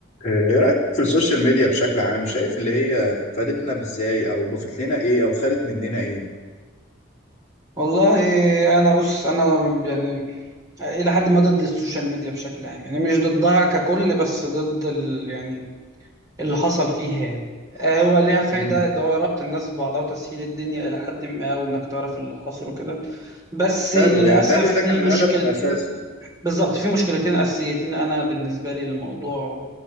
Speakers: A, on the left; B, on the right.
A: آه، ايه رأيك في السوشيال ميديا بشكل عام شايف اللي هي فادتنا بازاي او ضافت لنا ايه او خدت مننا ايه
B: والله انا بص انا يعني الى حد ما ضد السوشيال ميديا بشكل عام يعني مش ضدها ككل بس ضد ال يعني اللي حصل فيها يعني آه، هو ليها فايدة
A: امم
B: ده هو ربط الناس ببعضها وتسهيل الدنيا إلى حد ما وإنك تعرف اللي حصل وكده بس للأسف
A: حلو يعني تهيألي
B: في
A: ده كان
B: مشكلتين
A: الهدف الاساسي
B: بالظبط في مشكلتين أساسيتين أنا بالنسبة لي للموضوع